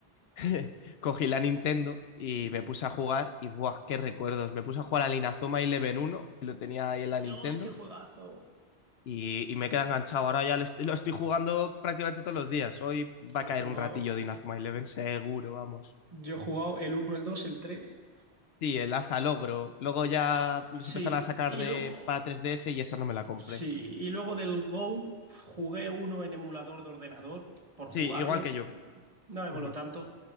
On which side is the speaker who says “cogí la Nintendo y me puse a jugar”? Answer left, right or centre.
Left